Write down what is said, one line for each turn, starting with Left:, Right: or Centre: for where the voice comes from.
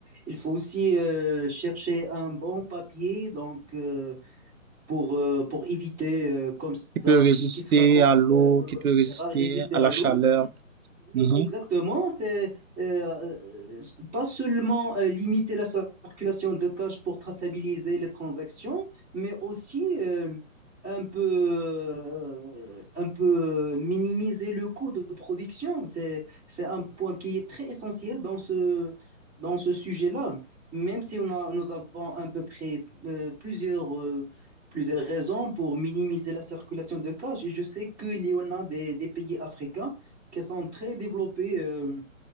Centre: Il faut aussi euh, chercher un bon papier donc, euh, pour, euh, pour éviter euh, comme
Right: qui
Centre: ça,
Right: peut résister
Centre: qui, qui sera contre
Right: à l'eau,
Centre: euh, de l'eau,
Right: qui peut résister
Centre: etc., résister
Right: à
Centre: à
Right: la
Centre: l'eau.
Right: chaleur. Mhm.
Centre: Oui, exactement. C'est, euh, euh, pas seulement euh, limiter la circulation de cash pour traçabiliser les transactions, mais aussi euh, un peu, euh, un peu minimiser le coût de production. C'est, c'est un point qui est très essentiel dans ce, dans ce sujet-là. Même si on a- nous avons à peu près euh, plusieurs, euh, plusieurs raisons pour minimiser la circulation de cash, et je sais qu'il y en a des des pays africains qui sont très développées euh,